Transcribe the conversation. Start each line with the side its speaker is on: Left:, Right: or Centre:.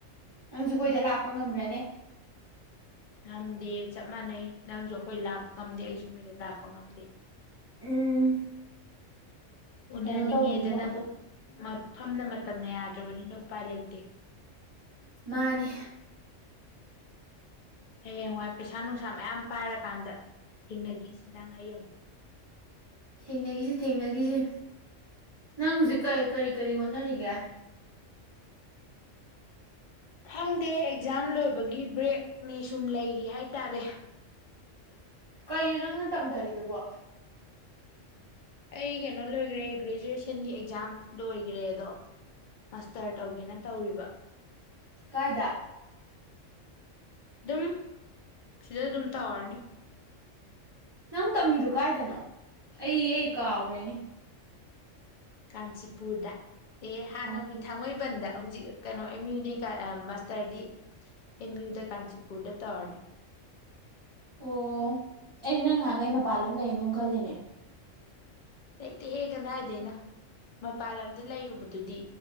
Right: ꯅꯪꯖꯨ ꯑꯩꯈꯣꯌꯗꯥ ꯂꯥꯛꯄ ꯉꯝꯕ꯭ꯔꯅꯦ
Left: ꯉꯝꯗꯦ ꯆꯞ ꯃꯥꯟꯅꯩ ꯅꯪꯁꯨ ꯑꯩꯈꯣꯏ ꯂꯥꯛꯄ ꯉꯝꯗꯦ ꯑꯩꯁꯨ ꯅꯣꯏꯗ ꯂꯥꯛꯄ ꯉꯝꯗꯦ
Right: ꯎꯝ
Left: ꯎꯅ
Right: ꯀꯩꯅꯣ
Left: ꯅꯤꯡꯉꯦꯗꯕꯨ
Right: ꯇꯧꯕꯅꯤꯅ
Left: ꯃꯐꯝꯅ ꯃꯇꯝꯅ ꯌꯥꯗ꯭ꯔꯕꯅꯤꯅ ꯎꯄꯥꯏ ꯂꯩꯇꯦ
Right: ꯃꯥꯅꯤ
Left: ꯍꯌꯦꯡꯋꯥꯏ ꯄꯩꯁꯥ ꯅꯨꯡꯁꯥ ꯃꯌꯥꯝ ꯄꯥꯏꯔꯀꯥꯟꯗ ꯊꯦꯡꯅꯈꯤꯁꯤ ꯅꯪ ꯑꯩ ꯑꯃꯨꯛ
Right: ꯊꯦꯡꯅꯈꯤꯁꯤ ꯊꯦꯡꯅꯈꯤꯁꯤ ꯅꯪ ꯍꯧꯖꯤꯛ ꯀꯔꯤ ꯀꯔꯤ ꯍꯣꯠꯅꯔꯤꯒꯦ
Left: ꯈꯪꯗꯦ ꯑꯦꯛꯖꯥꯝ ꯂꯣꯏꯕꯒꯤ ꯕ꯭ꯔꯦꯛꯅꯦ ꯁꯨꯝ ꯂꯩꯔꯤ ꯍꯥꯏꯇꯥꯔꯦ
Right: ꯀꯩꯅꯣ ꯅꯪꯅ ꯇꯝꯊꯔꯤꯗꯨꯕꯣ
Left: ꯑꯩ ꯀꯩꯅꯣ ꯂꯣꯏꯈ꯭ꯔꯦ ꯒ꯭ꯔꯦꯖꯨꯑꯦꯁꯟꯒꯤ ꯑꯦꯛꯖꯥꯝ ꯂꯣꯏꯈ꯭ꯔꯦ ꯑꯗꯣ ꯃꯥꯁꯇꯔ ꯇꯧꯒꯦꯅ ꯇꯧꯔꯤꯕ
Right: ꯀꯥꯏꯗ
Left: ꯑꯗꯨꯝ ꯁꯤꯗ ꯑꯗꯨꯝ ꯇꯧꯔꯅꯤ
Right: ꯅꯪ ꯇꯝꯃꯤꯗꯨꯣ ꯀꯥꯏꯗꯅꯣ ꯑꯩ ꯑꯩ ꯀꯥꯎꯈ꯭ꯔꯦꯅꯦ
Left: ꯀꯟꯆꯤꯄꯨꯔꯗ ꯑꯦ ꯍꯥꯟꯅꯕꯨꯗꯤ
Right: ꯀꯥꯟꯆꯤ
Left: ꯊꯥꯡꯃꯩꯕꯟꯗ ꯍꯧꯖꯤꯛ ꯀꯩꯅꯣ ꯑꯦꯝ ꯌꯨ ꯃꯁꯇꯔꯗꯤ ꯑꯦꯝꯌꯨꯗ ꯀꯥꯟꯆꯤꯄꯨꯔꯗ ꯇꯧꯔꯅꯤ
Right: ꯑꯣ ꯑꯩ ꯅꯪ ꯅꯍꯥꯟꯈꯩ ꯃꯄꯜꯂꯣꯝ ꯂꯩ ꯑꯗꯨꯝ ꯈꯜꯂꯤꯅꯦ
Left: ꯂꯩꯇꯦ ꯍꯦꯛ ꯀꯗꯥꯏꯗ ꯑꯩꯅ ꯃꯄꯜ ꯂꯝꯗ ꯂꯩꯔꯨꯕꯗꯨꯗꯤ